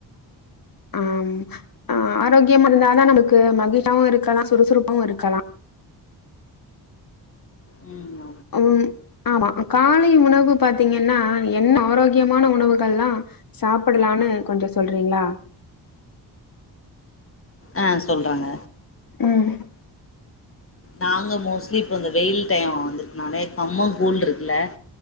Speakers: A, on the left (about 50°); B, on the left (about 30°).
A: ஆமா ஆரோக்கியமா இருந்தாதான் நமக்கு மகிழ்ச்சியவும் இருக்கலாம் சுறுசுறுப்பாவவும் இருக்கலாம்
B: உம்
A: உம் ஆமா காலை உணவு பாத்தீங்கன்னா என்ன ஆரோக்கியமான உணவுகல்லாம் சாப்பிடலான்னு கொஞ்சம் சொல்றீங்களா
B: ஆஹ் சொல்றங்க
A: ம்
B: நாங்க மோஸ்ட்லி இப்ப இந்த வெயில் டைம் வந்துட்னாலே கம்பங்கூழ் இருக்குல்ல